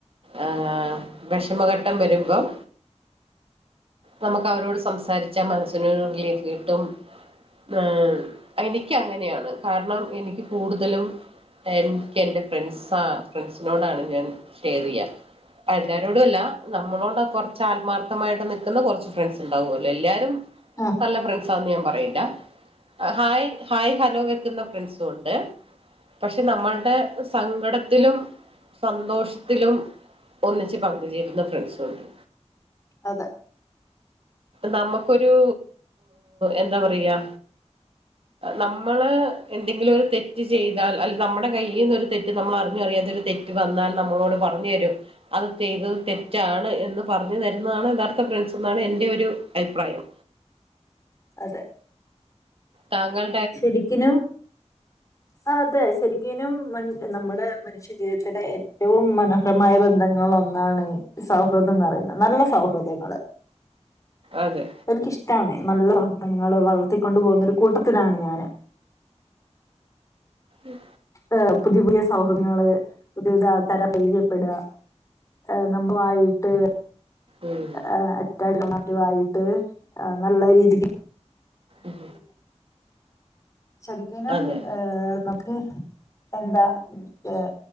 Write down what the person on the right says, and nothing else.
ഏഹ് വെഷമഘട്ടം വരുമ്പം നമുക്കവരോട് സംസാരിച്ചാ മനസ്സിനൊര് റിലീഫ് കിട്ടും ആഹ് എനിക്കങ്ങനെയാണ് കാരണം എനിക്ക് കൂടുതലും എൻക്കെൻ്റെ ഫ്രണ്ട്സാ ഫ്രണ്ട്സിനോടാണ് ഞാൻ ഷെയറെയ്യാ എല്ലാരോടും അല്ല നമ്മളോട് കൊറ്ച്ച് ആത്മാർത്ഥമായിട്ട് നിക്കുന്ന കൊറ്ച്ച് ഫ്രണ്ട്സ്ണ്ടാവോല്ലോ എല്ലാരും
നല്ല ഫ്രണ്ട്സാന്ന് ഞാൻ പറയില്ല ഹായ് ഹായ് ഹലോ വെക്കുന്ന ഫ്രണ്ട്സുണ്ട് പക്ഷെ നമ്മൾടെ സങ്കടത്തിലും സന്തോഷത്തിലും ഒന്നിച്ച് പങ്ക്ചേരുന്ന ഫ്രണ്ട്സുണ്ട്
നമുക്കൊരു എന്താ പറയാ നമ്മള് എന്തെങ്കിലൊരു തെറ്റ് ചെയ്താൽ അല്ല നമ്മുടെ കയ്യീന്നൊരു തെറ്റ് നമ്മൾ അറിഞ്ഞോ അറിയാതൊരു തെറ്റ് റ്റ് വന്നാൽ നമ്മളോട് പറഞ്ഞു തരും അത് ചെയ്തത് തെറ്റാണ് എന്ന് പറഞ്ഞു തരുന്നതാണ് യഥാർത്ഥ ഫ്രണ്ട്സ്ന്നാണ് എന്റെയൊരു അഭിപ്രായം
താങ്കൾ
അതെ
ഉം
ഉം
ഉം
അതെ